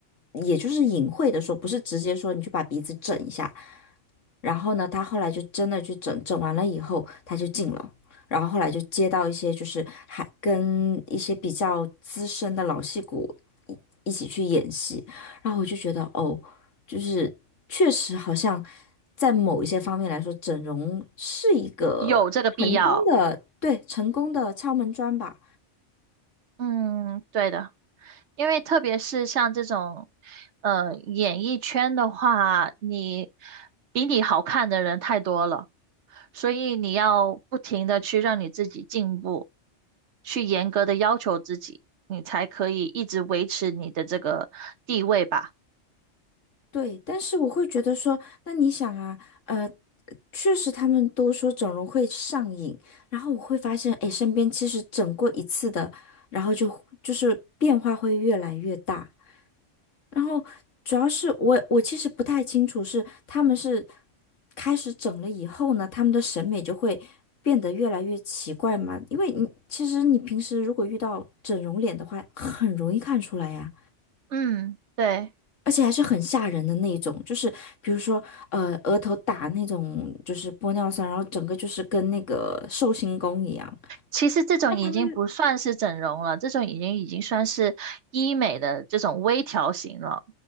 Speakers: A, on the left; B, on the right.
A: 也就是隐晦的说，不是直接说你去把鼻子整一下，然后呢，他后来就真的去整整完了以后，他就进了。然后后来就接到一些就是还跟一些比较资深的老戏骨一一起去演戏，然后我就觉得哦，就是确实好像在某一些方面来说，整容是一个成功的，
B: 有这个必要。
A: 对，成功的敲门砖吧。
B: 嗯，对的。因为特别是像这种，呃，演艺圈的话，你比你好看的人太多了，所以你要不停的去让你自己进步，去严格的要求自己，你才可以一直维持你的这个地位吧。
A: 对，但是我会觉得说，那你想啊，呃，确实他们都说整容会上瘾，然后我会发现，哎，身边其实整过一次的，然后就就是变化会越来越大。然后主要是我我其实不太清楚是他们是开始整了以后呢，他们的审美就会变得越来越奇怪嘛，因为你其实你平时如果遇到整容脸的话，很容易看出来呀。
B: 嗯，对。
A: 而且还是很吓人的那种，就是比如说，呃，额头打那种就是玻尿酸，然后整个就是跟那个寿星公一样。
B: 其实这种已经不算是整容了，
A: 那他们又
B: 这种已经已经算是医美的这种微调型了。